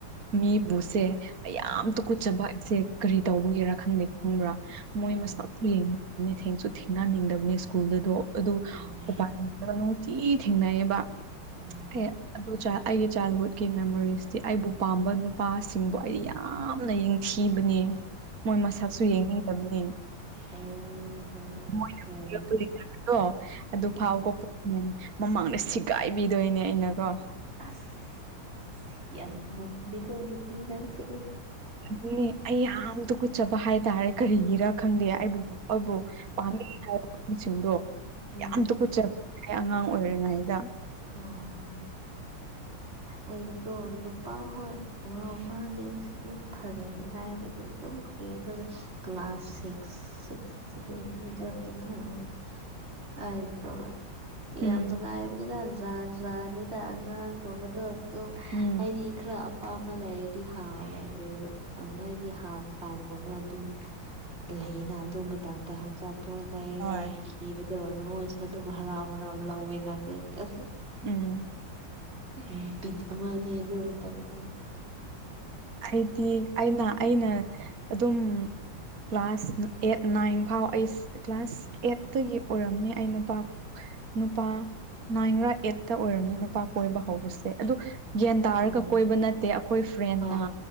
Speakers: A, on the right; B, on the right.
A: ꯃꯤꯕꯨꯁꯦ ꯑꯩ ꯌꯥꯝ
B: ꯎꯝ
A: ꯇꯨꯀꯨꯠꯆꯕ ꯑꯩꯁꯦ ꯀꯔꯤ ꯇꯧꯕꯒꯤꯔꯥ ꯈꯪꯗꯦ ꯈꯪꯕ꯭ꯔꯥ
B: ꯑꯣ
A: ꯃꯣꯏ ꯃꯁꯥꯛ ꯌꯦꯡꯗꯕꯅꯤ ꯊꯦꯡꯁꯨ ꯊꯦꯡꯅꯅꯤꯡꯗꯕꯅꯦ ꯁ꯭ꯀꯨꯜꯗꯗꯣ ꯑꯗꯨ
B: ꯑꯣ
A: ꯎꯄꯥꯏ <unintelligible> ꯇꯤ ꯊꯦꯡꯅꯩꯌꯦꯕ
B: ꯎꯝ
A: ꯑꯩ ꯑꯗꯨ ꯆꯥꯏ ꯑꯩꯒꯤ ꯆꯥꯏꯜꯍꯨꯠꯀꯤ ꯃꯦꯃꯣꯔꯤꯁꯇꯤ ꯑꯩꯕꯨ ꯄꯥꯝꯕ ꯅꯨꯄꯥꯁꯤꯡꯕꯨ ꯑꯩ ꯌꯥꯝꯅ ꯌꯦꯡꯊꯤꯕꯅꯦ ꯃꯣꯏ ꯃꯁꯛꯁꯨ ꯌꯦꯡꯅꯤꯡꯗꯕꯅꯦ
B: ꯑꯣ ꯍꯣ ꯍꯣ ꯍꯣꯏ
A: ꯃꯣꯏꯅ
B: ꯍꯣꯏꯔꯣ
A: ꯄꯤꯔꯛꯄꯥ ꯂꯦꯇꯔꯗꯣ ꯑꯗꯨ
B: ꯎꯝ
A: ꯐꯥꯎꯀꯣ ꯃꯟ ꯃꯃꯥꯡꯗ ꯁꯤꯒꯥꯏꯕꯤꯗꯣꯏꯅꯦ ꯑꯩꯅꯀꯣ
B: ꯑꯁ ꯌꯥꯝ ꯉꯝꯃꯤꯀꯣ ꯅꯨꯄꯤ ꯅꯪꯁꯦ
A: ꯑꯗꯨꯅꯦ ꯑꯩ ꯌꯥꯝ ꯇꯨꯀꯨꯠꯆꯕ ꯍꯥꯏꯇꯥꯔꯦ ꯀꯔꯤꯒꯤꯔ ꯈꯪꯗꯦ ꯑꯩꯕꯨ ꯑꯩꯕꯨ ꯄꯥꯝꯃꯤ ꯍꯥꯏꯕ ꯃꯤꯁꯤꯡꯗꯣ
B: ꯎꯝ
A: ꯌꯥꯝ ꯇꯨꯀꯨꯠꯆꯥ ꯑꯩ ꯑꯉꯥꯡ ꯑꯣꯏꯔꯤꯉꯩꯗ
B: ꯍꯥꯝ
A: <inaudible>
B: ꯑꯩꯗꯤꯀꯣ ꯅꯨꯄꯥ ꯍꯣꯏ ꯋꯥ ꯃꯗꯤ ꯑꯁ ꯑꯗꯨꯝ ꯐꯖꯩ ꯍꯥꯏꯕꯗꯤ ꯑꯗꯨꯝ ꯀꯦꯟꯕꯗꯤ ꯀ꯭ꯂꯥꯁ ꯁꯤꯛꯁ ꯁꯤꯛꯁ <unintelligible> ꯑꯥꯏꯗꯤꯀꯣ ꯌꯥꯝ
A: ꯎꯝ
B: ꯅꯨꯡꯉꯥꯏꯕꯅꯤꯗ ꯖꯥꯠ ꯖꯥꯠꯅꯤꯗ ꯑꯉꯥꯡꯒꯨꯝꯕꯗꯣ ꯇꯣ
A: ꯎꯝ
B: ꯑꯩꯗꯤ ꯈꯔ ꯑꯄꯥꯝꯕ ꯂꯩꯔꯗꯤ ꯍꯥꯕꯔꯦ ꯑꯪ ꯍꯥꯏꯗꯤ ꯍꯥꯞ ꯇꯥꯏꯝꯒꯨꯝꯕ ꯑꯗꯨꯝ ꯂꯩꯌꯦꯅ ꯑꯗꯨ ꯃꯇꯝꯗ ꯑꯆꯥꯄꯣꯠ ꯂꯩꯔꯒ
A: ꯍꯣꯏ
B: ꯄꯤꯕꯗꯣ ꯑꯗꯨ ꯃꯣꯏꯁꯨ ꯑꯗꯨꯝ ꯍꯔꯥꯎ ꯍꯔꯥꯎ ꯂꯧꯋꯦꯅ ꯑꯗꯨꯒꯤ ꯑꯁꯨꯝ
A: ꯎꯝ
B: ꯎꯝ ꯕꯤꯠ ꯑꯃꯅꯦ ꯑꯗꯨ ꯃꯇꯝꯗꯤ
A: ꯑꯩꯗꯤ ꯑꯩꯅ ꯑꯩꯅ ꯑꯗꯨꯝ ꯀ꯭ꯂꯥꯁ ꯅ ꯑꯦꯠ ꯅꯥꯏꯟ ꯐꯥꯎ ꯑꯩꯁ ꯀ꯭ꯂꯥꯁ ꯑꯦꯠꯇꯒꯤ ꯑꯣꯏꯔꯝꯅꯤ ꯑꯩ ꯅꯨꯄꯥ ꯅꯨꯄꯥ ꯅꯥꯏꯟꯔꯥ ꯑꯩꯠꯇ ꯑꯣꯏꯔꯝꯅꯤ ꯅꯨꯄꯥ ꯀꯣꯏꯕ ꯍꯧꯕꯁꯦ ꯑꯗꯨ ꯒ꯭ꯌꯥꯟ ꯇꯥꯔꯒ
B: ꯑꯥ
A: ꯀꯣꯏꯕ ꯅꯠꯇꯦ ꯑꯈꯣ ꯈꯣꯏ ꯐ꯭ꯔꯦꯟ
B: ꯑꯥ
A: ꯅ